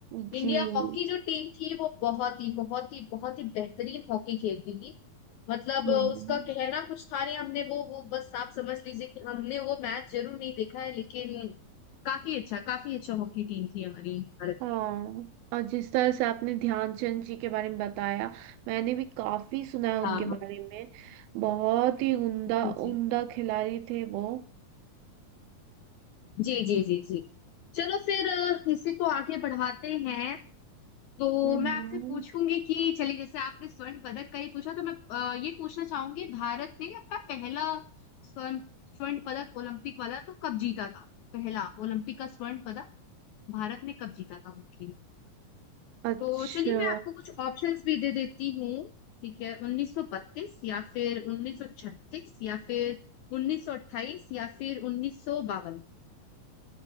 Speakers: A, on the right (about 85°); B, on the left (about 75°).
A: जी
B: इंडिया हॉकी जो टीम थी वो बहुत ही बहुत ही बहुत ही बेहतरीन हॉकी खेलती थी मतलब
A: हम्म
B: अ, उसका कहना कुछ था नहीं हमने वो वो बस आप समझ लीजिए कि हमने वो मैच जरूर नहीं देखा है लेकिन काफी अच्छा काफी अच्छा हॉकी टीम थी हमारी भारत
A: हाँ
B: की
A: और जिस तरह से आपने ध्यानचंद जी के बारे में बताया मैंने भी काफी सुना है उनके
B: हाँ
A: बारे
B: हाँ
A: में बहुत ही उम्दा
B: जी जी
A: उम्दा खिलाड़ी थे वो
B: जी जी जी जी चलो फिर अ, इसी को आगे बढ़ाते हैं तो
A: हम्म
B: मैं आपसे पूछूंगी कि चलिए जैसे आपने स्वर्ण पदक का ही पूछा तो मैं अ, ये पूछना चाहूंगी भारत ने अपना पहला स्वर्ण स्वर्ण पदक ओलंपिक वाला तो कब जीता था पहला ओलंपिक का स्वर्ण पदक भारत ने कब जीता था मुख्य
A: अच्छा
B: तो चलिए मैं आपको कुछ ऑप्शंस भी दे देती हूँ ठीक है 1932 या फिर 1936 या फिर 1928 या फिर 1952